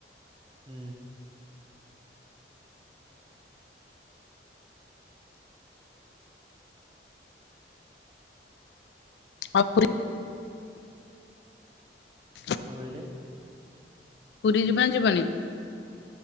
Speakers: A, on the right; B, on the left.
A: ହୁଁ।
B: ଆ ପ <unintelligible>
A: କଣ କହିଲେ?
B: ପୁରୀ ଯିବ ଯିବନି?